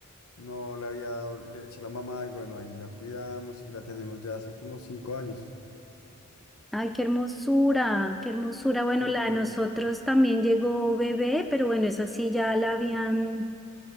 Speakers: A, on the left; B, in the centre.
A: No le había dado leche a la mamá y bueno, ahí la cuidamos y la tenemos ya hace como cinco años.
B: Ay, qué hermosura, qué hermosura. Bueno,
A: Ujú.
B: la de nosotros también llegó bebé, pero bueno, esa sí ya la habían,